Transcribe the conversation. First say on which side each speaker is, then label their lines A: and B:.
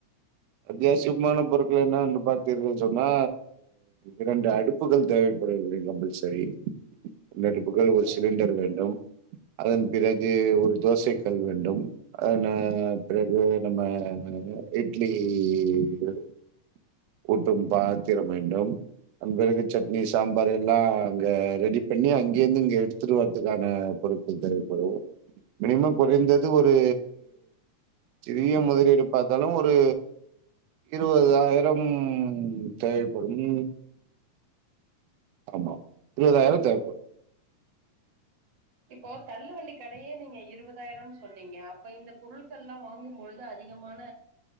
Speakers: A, on the right (about 75°); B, on the right (about 50°).
A: அத்தியாவசியமான பொருட்கள் என்ன என்று பாத்தீர்கள் என்று சொன்னா இரண்டு அடுப்புகள் தேவைப்படும் கம்பல்சரி ரெண்டு அடுப்புகள் ஒரு
B: சரி
A: சிலிண்டர் வேண்டும் அதன் பிறகு ஒரு தோசை கல் வேண்டும் அதன் பிறகு நம்ம எக் <unintelligible> ஊத்தும் பாத்திரம் வேண்டும் அதன் பிறகு சட்னி சாம்பார் எல்லா அங்க ரெடி பண்ணி அங்கிருந்து இங்க எடுத்துட்டு வரதுக்கான பொருட்கள் தேவைப்படும் மினிமம் குறைந்தது ஒரு சிறிய முதலீடு பாத்தாலு ஒரு ஒரு இருபதாயிரம் தேவைப்படும் ஆமா இருபதாயிரம் தேவைப்படும்
B: இப்போ தள்ளுவண்டி கடையே நீங்க இருபதாயிரம்னு சொன்னீங்க அப்ப இந்த பொருட்கள் எல்லா வாங்கும் பொழுது அதிகமான